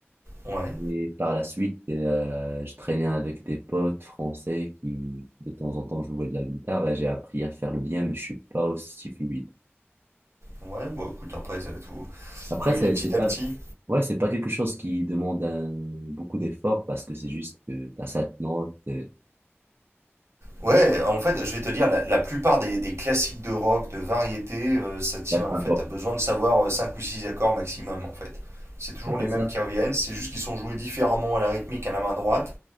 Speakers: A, on the right; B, on the right.
A: ouais.
B: Et par la suite, euh, je traînais avec des potes français qui, de temps en temps, jouaient de la guitare et j'ai appris à faire le lien, mais je suis pas aussi fluide.
A: Ouais, bon, écoute, après, ça, tout...
B: Après,
A: faut y
B: c'est
A: aller petit
B: c'est pas,
A: à petit.
B: ouais, c'est pas quelque chose qui demande un- beaucoup d'efforts parce que c'est juste que t'as cette note, euh,
A: Ouais, en fait, je vais te dire, la, la plupart des, des classiques de rock, de variété, euh, ça tient.
B: t'as
A: En
B: un
A: fait,
B: accords.
A: t'as besoin de savoir euh, 5 ou 6 accords maximum, en fait. C'est toujours
B: Ouais, c'est
A: les mêmes
B: ça.
A: qui reviennent, c'est juste qu'ils sont joués différemment à la rythmique à la main droite